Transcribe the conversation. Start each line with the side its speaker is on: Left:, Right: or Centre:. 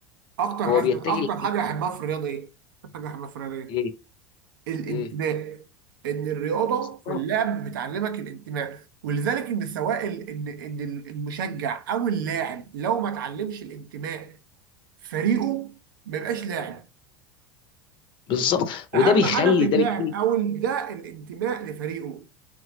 Right: اكتر
Left: هو
Right: ناس
Left: بيتجه
Right: اكتر
Left: لحاجه
Right: حاجه احبها في الرياضه ايه؟ اكتر حاجه احبها في الرياضه ايه؟
Left: ايه
Right: الانتماء
Left: ايه
Right: ان الرياضه
Left: بالظبط
Right: في اللعب بتعلمك الانتماء ولذلك ان سواء ال... ان ان المشجع او اللاعب لو ما اتعلمش الانتماء فريقه ما يبقاش لاعب
Left: بالظبط وده
Right: اهم
Left: بيخلي
Right: حاجه في اللاعب
Left: ده بيخلي
Right: او ال- ده الانتماء لفريقه